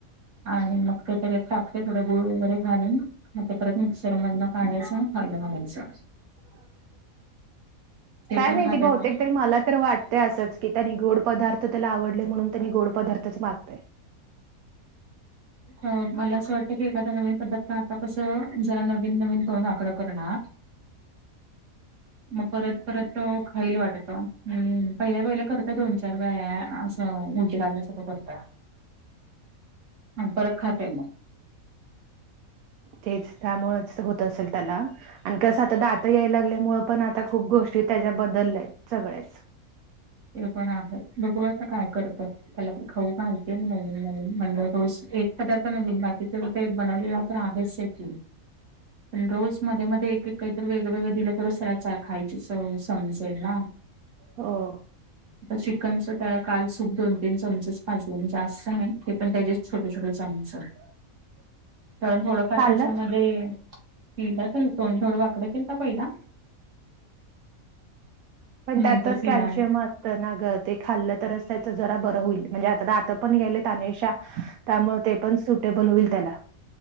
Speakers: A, on the right; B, on the right.
A: आणि मग ते तेज्यात <unintelligible> थोड गुळ वगैरे घालून मग ते परत मिक्सर मधन काढायच आणि खायला घालायचं.
B: <unintelligible>
A: ते
B: काय
A: पण
B: माहिती
A: खाता
B: बहुतेक
A: येतं
B: तरी मला तर वाटतय असंच की त्यानी गोड पदार्थ त्याला आवडले म्हणून त्यानी गोड पदार्थच मागतय
A: ह मला असं वाटतं की एखादा नवीन पद्धार्थ आता कसं जरा नवीन नवीन तोंड आकड करणार मग परत परत अ खाईल वाटत हम्म पहिला पहिले करतय दोन चार वेळा असं उलटी काढल्यासारखं करत्या आणि परत खा तय मग
B: तेच त्यामुळच होत असल त्याला आणि कसं आता दात याय लागल्यामुळ पण आता खूप गोष्टी त्याच्या बदलल्यात सगळ्याच
A: ते पण आहे बघू आता काय करतय त्याला खाऊ घालते मी नवीन नवीन म्हण <unintelligible> रोज एक पदार्थ नवीन बाकीच ते बनवलेलं तर आहेचे की पण रोज मध्ये मध्ये एक एक काहीतर वेगवेगळं दिलं तर त्याला चा खायची सवय समजेल ना
B: हो.
A: चिकनच त्या काल सूप दोन तीन चमचेच पाजले आणि जास्त नाही ते पण त्याचे छोटे छोटे चमच.
B: <inaudible>
A: कारण थोडंफार
B: खाल्लं
A: कच्यामध्ये. पला त्यां तोड थोडं वाकड केलता पहिला.
B: पण
A: नंतर
B: त्यातच
A: पिला
B: कॅल्शियम
A: मग.
B: असत. नाग ते खाल्लं तरच त्याच जरा बरं होईल म्हणजे आता आता पण गले तनेशा त्यामुळे ते पण सुटेबल होईल त्याला.